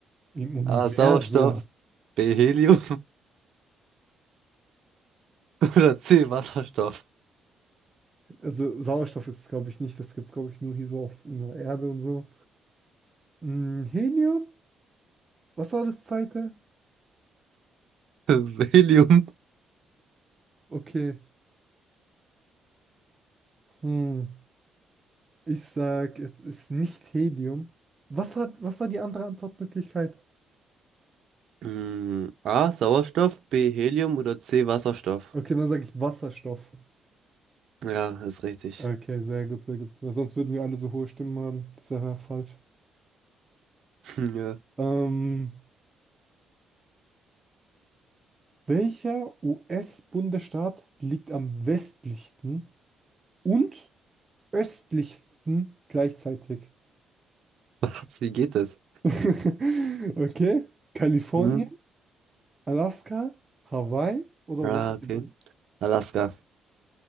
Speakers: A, on the right (about 25°); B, on the right (about 65°).
A: Im Universum.
B: A. Sauerstoff, B. Helium <laughs> oder C. Wasserstoff?
A: Ja. Also Sauerstoff ist es, glaube ich, nicht. Das gibt es, glaube ich, nur hier so auf in der Erde und so. Hm, Helium? Was war das zweite?
B: <laughs> Helium.
A: Okay. Hm. Ich sag, es ist nicht Helium. Was hat, was war die andere Antwortmöglichkeit?
B: Hm, A. Sauerstoff, B. Helium oder C. Wasserstoff?
A: Okay, dann sage ich Wasserstoff.
B: Ja, ist richtig.
A: Okay, sehr gut, sehr gut. Weil Sonst würden wir alle so hohe Stimmen haben. Das wäre ja falsch.
B: <laughs> Ja.
A: Ähm, welcher US-Bundesstaat liegt am westlichsten? und östlichsten gleichzeitig.
B: Was, wie geht das?
A: <laughs> Okay, Kalifornien,
B: Hm?
A: Alaska, Hawaii oder
B: Ah,
A: Washington?
B: okay. Alaska.